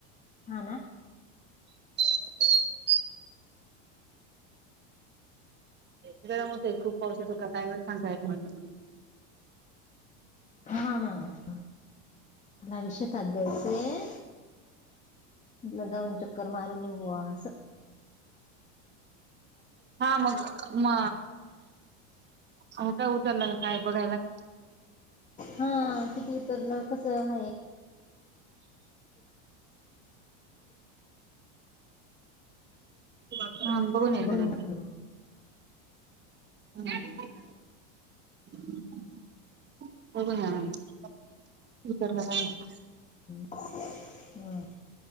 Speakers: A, on the left (about 20°); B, on the right (about 30°).
A: हा ना?
B: <unintelligible> गरम होतय खूप पाऊस होतो का क्लायमेट सांगय म्ह
A: हा नाला विषेतात जायचे. म्हलं जाऊन चक्कर मारून निघवा अस
B: हा मग म हो काा उतलला काय बघायला का?
A: हा किती उतरलं कसं आहे.
B: हा बघून यायचं
A: बोनी
B: ना
A: म्हटल
B: ह बघ करलं का
A: हम्